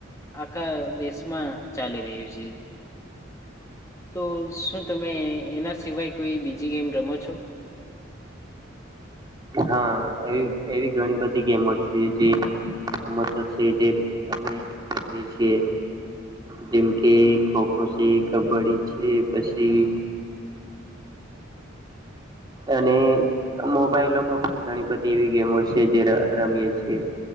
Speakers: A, on the left (about 15°); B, on the right (about 20°).
A: આખા દેશ માં ચાલી રહ્યું છે. તો શું તમે એના સિવાય કોઈ બીજી ગેમ રમો છો?
B: હા, એ એવી ઘણી બધી ગેમો છે જે રમત છે. જે અમે રમીએ છીએ. જેમ કે ખોખો છે, કબડ્ડી છે પછી
A: <unintelligible>
B: અને મોબાઈલોમાં પણ ઘણી બધી એવી ગેમો છે જે રમીયે છીએ.